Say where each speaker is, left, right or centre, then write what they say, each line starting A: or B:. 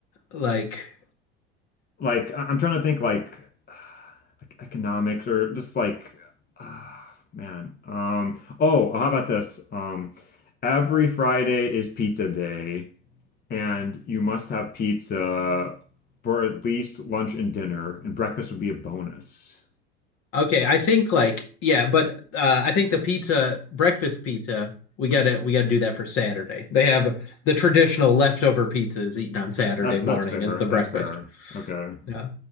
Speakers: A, on the left; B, on the left.
A: Like,
B: like I- I'm trying to think like <sighs> like economics or just like <sighs> uh, man. Um oh, how about this? Um every Friday is pizza day and you must have pizza for at least lunch and dinner and breakfast would be a bonus.
A: Okay, I think like yeah, but uh, I think the pizza, breakfast pizza, we gotta we gotta do that for Saturday. They have the traditional leftover pizzas eaten on Saturday
B: That's
A: morning
B: that's fair.
A: is the breakfast.
B: That's fair. Okay.
A: Yeah.